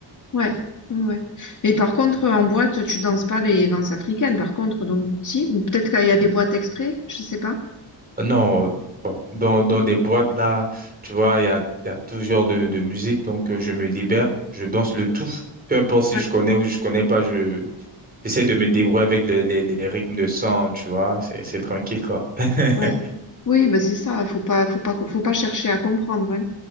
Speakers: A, on the left; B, on the right.
A: Ouais, ouais. ouais. Mais par contre, en boîte, tu danses pas les danses africaines, par contre, donc, si, ou peut-être qu'il y a des boîtes exprès, je sais pas.
B: Euh, Non, dans, dans des boîtes là, tu vois, il y a, il y a tout genre de, de musique, donc euh, je me libère, je danse le tout, peu importe si
A: Ouais.
B: je connais ou je connais pas, je j'essaie de me débrouiller avec les, les, les rythmes de sang, tu vois, c'est, c'est tranquille quoi. <laughs>
A: Ouais. Oui, ben c'est ça, faut pas, faut pas, faut pas chercher à comprendre, hein,